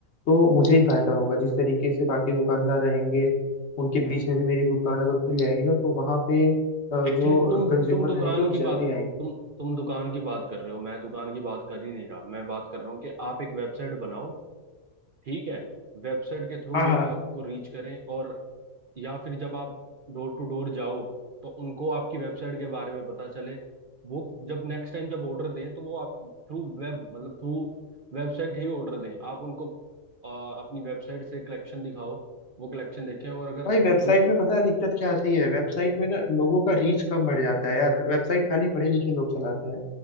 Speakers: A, on the left; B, on the right.
A: तो मुझे ही फायदा होगा जिस तरीके से बाकी दुकानदार रहेंगे उनके बीच में भी मेरी दुकान अगर खुल जाएगी ना तो वहां पे अ, जो
B: एक्चुअली तुम
A: कंज्यूमर
B: तुम दुकान
A: रहेंगे वो
B: की
A: जल्दी
B: बात
A: आएंगे
B: तुम तुम दुकान की बात कर रहे हो मैं दुकान की बात कर ही नहीं रहा मैं बात कर रहा हूँ कि आप एक वेबसाइट बनाओ ठीक है वेबसाइट के थ्रू
A: हाँ
B: लोग
A: हाँ
B: आपको रीच करें और या फिर जब आप डोर टू डोर जाओ तो उनको आपकी वेबसाइट के बारे में पता चले वो जब नेक्स्ट टाइम जब ऑर्डर दें तो वो आप थ्रू वेब मतलब थ्रू वेबसाइट ही ऑर्डर दें आप उनको आ, अपनी वेबसाइट से कलेक्शन दिखाओ वो कलेक्शन देखें और अगर
A: भाई वेबसाइट
B: उन
A: में पता है दिक्कत क्या आती है वेबसाइट में ना लोगों का रीच कम बढ़ जाता है यार वेबसाइट खाली पढ़े लिखे लोग चलाते हैं